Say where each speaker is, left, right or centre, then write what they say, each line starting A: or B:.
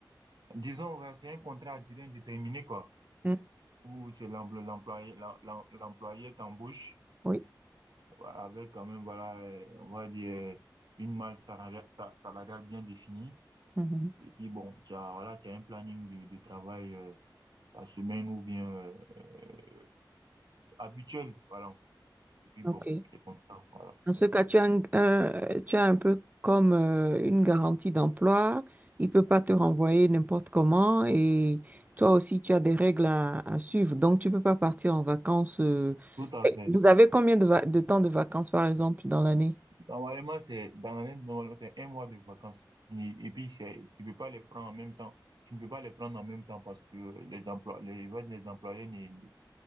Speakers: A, on the right; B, on the right.
A: disons, ouais, c'est un contrat à durée indéterminée, quoi,
B: Mm.
A: où tu es l'empl- l'employé, l'em- l'em- l'employé t'embauche
B: Oui.
A: ouais, avec quand même, voilà, euh, on va dire, euh, une malle salariale, sa- salariale bien définie.
B: Mhm.
A: Et puis, bon, tu as, voilà, tu as un planning de, de travail, euh, par semaine ou bien, euh, euh, habituel, voilà. Et puis,
B: OK.
A: bon, c'est comme ça, voilà, c'est,
B: Dans ce cas,
A: c'est
B: tu as un, un- tu as un peu comme euh, une garantie d'emploi. Il peut pas te renvoyer n'importe comment et toi aussi, tu as des règles à, à suivre. Donc, tu peux pas partir en vacances. euh.
A: tout à
B: Et
A: fait.
B: Vous avez combien de, va- de temps de vacances, par exemple, dans l'année?
A: Normalement, c'est dans l'année, normalement, c'est un mois de vacances. Qui n'est- Et puis, c'est- tu peux pas les prendre en même temps. Tu ne peux pas les prendre en même temps parce que les emplois, les, ouais, les employés ne, ne